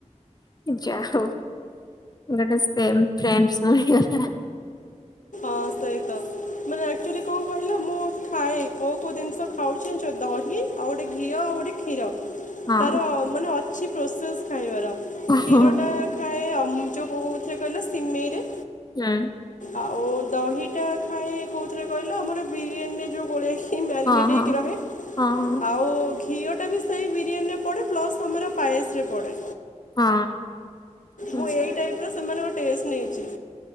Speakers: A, on the left (about 30°); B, on the left (about 80°).
A: ଯା ହଉ। ଗୋଟେ ସେଏମ୍ ଫ୍ରେଣ୍ଡ ଶ୍ ମିଳି ଗଲା।
B: ହଁ ସେଇତ ମାନେ ଆଚୁଆଲି କଣ କ କହିଲ ମୁଁ ଖାଏ କୋଉ କୋଉ ଜିନିଷ ଖାଉଚି ଜାଣିଚ ଦହି ଆଉ ଗୋଟେ ଘିଅ ଆଉ ଗୋଟେ କ୍ଷୀର।
A: ହଁ
B: ତାର ମାନେ ଅଛି ପ୍ରୋସେସ୍ ଖାଇବାର କ୍ଷୀର
A: ହଁ
B: ଟା ଖାଏ ଅମୁ ଯୋଉ କୋ କୋଉଥିରେ କହିଲ ସିମେଇରେ।
A: ହୁଁ।
B: ଆଉ ଦହିଟା ଖାଇଏ କୋଉଥିରେ କହିଲ ଆମର ବିରିୟାନୀରେ ଯୋଉ ଗୋଳେଇ ଖି ମ୍ୟାରିନେଟ୍
A: ହଁ ହଁ
B: ହୋଇକି ରହେ
A: ହଁ
B: ଆଉ। ଘିଅଟା ବି ସେଇ ବିରିୟାନୀରେ ପଡ଼େ ପ୍ଲସ୍ ଆମର ପାଏସରେ ପଡ଼େ।
A: ହଁ। ହୁଁ
B: ମୁଁ ଏଇ ଟାଇପ୍ ର ସେମାନଙ୍କ ଟେଷ୍ଟ ନେଇଚି।